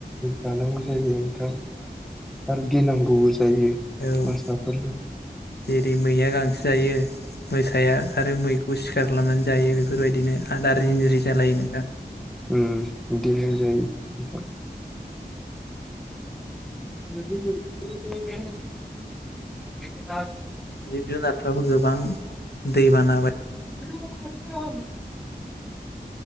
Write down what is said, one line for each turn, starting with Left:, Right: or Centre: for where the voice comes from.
Centre: जानांगौ जायो नोंथां आरो गिनांगौबो जायो
Left: औ
Centre: मोसाफोरजों
Left: जेरै मैया गांसो जायो मोसाया आरो मैखौ सिखार खालामनानै जायो बेफोरबायदिनो आदार जिनजिरि जालायो नोंथां
Centre: उम बिदिनो जायो नोंथां <unintelligible>
Left: जिब जुनारफ्राबो गोबां दै बाना
Centre: <inaudible>